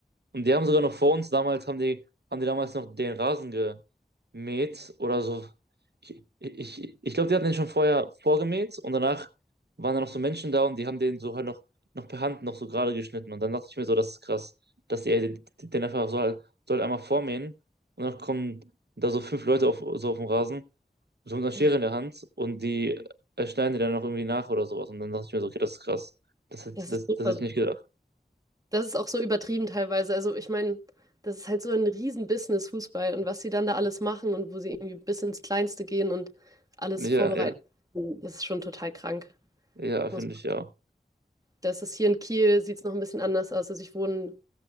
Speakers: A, on the right (about 80°); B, on the right (about 20°).
A: Und die haben sogar noch vor uns damals, haben die, haben die damals noch den Rasen gemäht oder so. Ich, ich, ich glaube, die hatten den schon vorher vorgemäht und danach waren da noch so Menschen da und die haben den so halt noch, noch per Hand noch so gerade geschnitten. Und dann dachte ich mir so, das ist krass, dass die den einfach so halt, so halt einmal vormähen und dann kommen da so fünf Leute auf, so auf dem Rasen, so mit einer Schere
B: Ja,
A: in der Hand und die äh, schneiden die dann noch irgendwie nach oder sowas. Und dann dachte ich mir so, okay, das ist krass. Das, hätte-
B: das
A: das,
B: ist so
A: das
B: verrückt.
A: hätte ich nicht gedacht.
B: Das ist auch so übertrieben teilweise. Also ich meine, das ist halt so ein Riesen-Business Fußball und was sie dann da alles machen und wo sie irgendwie bis ins Kleinste gehen und alles
A: Ja,
B: vorbereiten,
A: ja,
B: das ist schon total krank.
A: ja, finde
B: Muss-
A: ich ja.
B: Das ist hier in Kiel, sieht es noch ein bisschen anders aus. Also ich wohne,